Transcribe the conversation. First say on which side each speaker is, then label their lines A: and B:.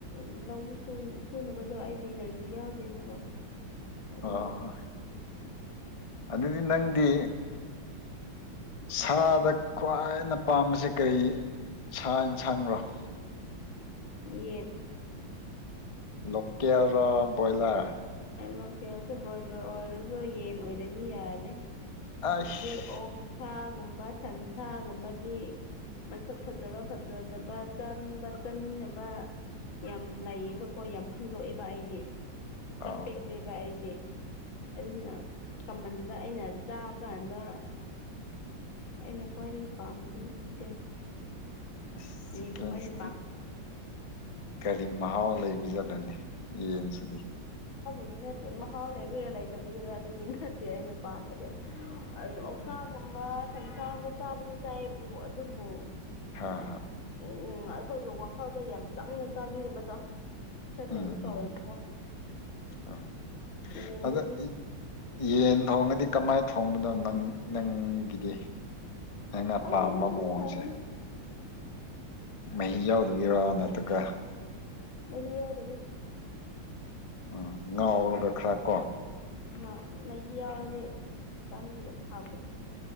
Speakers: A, on the left; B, on the left.
A: ꯎ ꯂꯧꯁꯨ ꯁꯨꯅꯕꯗꯣ ꯑꯩꯗꯤ ꯏꯅꯔꯖꯤ ꯌꯥꯎꯗꯦꯕꯀꯣ ꯑꯗꯨꯅꯅꯤ
B: ꯍ ꯍ ꯑꯗꯨꯗꯤ ꯅꯪꯗꯤ ꯁꯥꯗ ꯈ꯭ꯋꯥꯏꯅ ꯄꯥꯝꯕꯁꯦ ꯀꯔꯤ ꯁꯥ ꯌꯦꯟꯁꯥꯡꯅꯣ <unintelligible>
A: ꯌꯦꯠ
B: ꯂꯀꯦꯜ ꯔ ꯕ꯭ꯔꯣꯏꯂꯔ
A: ꯂꯣꯀꯦꯜꯁꯦ ꯕ꯭ꯔꯣꯏꯂꯔ ꯑꯣꯏꯔꯁꯨ ꯌꯦꯟ ꯑꯣꯏꯔꯗꯤ ꯌꯥꯔꯦ
B: ꯑꯩꯁ
A: ꯍꯧꯖꯤꯛ ꯑꯣꯛꯁꯒꯨꯝꯕ ꯁꯟꯁꯥꯒꯨꯝꯕꯗꯤ ꯃꯁꯛ ꯐꯖꯕ ꯐꯖꯗꯕ ꯆꯥꯅꯤꯡꯕ ꯆꯥꯅꯤꯡꯗꯕ ꯌꯥꯝ ꯂꯩꯌꯦꯕꯀꯣ ꯌꯥꯝ ꯈꯟꯗꯣꯛꯑꯦꯕ ꯑꯩꯗꯤ ꯈꯔ
B: ꯑꯥꯎ
A: ꯄꯦꯠꯂꯦꯕ ꯑꯩꯗꯤ ꯑꯗꯨꯅ ꯀꯃꯟꯗ ꯑꯩꯅ ꯆꯥꯛ ꯀꯥꯟꯗ ꯑꯩꯅ ꯈ꯭ꯋꯥꯏꯗꯒꯤ ꯄꯥꯝꯕꯗꯤ ꯆꯤꯛꯀꯟ
B: ꯑꯁ ꯆꯤꯛꯀꯟꯁꯤꯗꯤ
A: ꯌꯦꯅ ꯈ꯭ꯋꯥꯏꯗꯒꯤ ꯄꯥꯝꯃꯦ
B: ꯀꯔꯤ ꯃꯍꯥꯎ ꯂꯩꯕ ꯆꯠꯂꯅꯤ ꯌꯦꯟꯁꯤꯗꯤ
A: ꯑꯗꯨꯗꯤ ꯅꯠꯇꯦ ꯃꯍꯥꯎ ꯂꯩꯕꯒꯤꯔꯥ ꯂꯩꯇꯕꯒꯤꯔꯥ ꯑꯗꯨꯒꯤ ꯅꯠꯇꯦ ꯑꯩꯅ ꯄꯥꯝꯕꯗꯤ ꯑꯗꯨ ꯑꯣꯛꯁꯥꯒꯨꯝꯕ
B: ꯎꯝ
A: ꯁꯪꯁꯥꯒꯨꯝꯕ ꯆꯥꯕꯗꯤ ꯆꯥꯏꯌꯦꯕꯨ ꯑꯗꯨꯕꯨ
B: ꯍꯥꯥ
A: ꯎꯝ
B: ꯍꯥ
A: ꯎꯝ ꯑꯩꯈꯣꯏꯒ ꯋꯥꯈꯜꯗ ꯌꯥꯝ ꯆꯪꯅ ꯆꯥꯕꯤꯔꯕꯗꯣ ꯀꯩꯅꯣ
B: ꯎꯝ
A: ꯇꯧꯋꯦꯕꯀꯣ
B: ꯎꯝ ꯍꯣꯏ
A: ꯌꯦꯟꯗꯗꯤ
B: ꯑꯗꯣ ꯏ- ꯌꯦꯟ ꯊꯣꯡꯉꯗꯤ ꯀꯃꯥꯏ ꯊꯣꯡꯕꯅꯣ ꯅꯪꯒꯤꯗꯤ ꯑꯩꯅ
A: ꯈꯪꯗꯦꯗ
B: ꯄꯥꯝꯕ
A: ꯑꯗꯨꯝ
B: ꯃꯑꯣꯡꯁꯦ
A: ꯊꯣꯡꯉꯤꯅꯤ
B: ꯃꯍꯤ ꯌꯥꯎꯗꯕꯤꯔ ꯅꯠꯇꯒ
A: ꯃꯍꯤ ꯌꯥꯎꯗꯕꯤ
B: ꯎꯝ ꯉꯥꯎꯔꯒ ꯈꯔ ꯀꯣ
A: ꯑ ꯃꯌꯥ ꯑꯣꯏꯦ ꯆꯅꯤꯡꯗꯦ ꯍꯗꯤ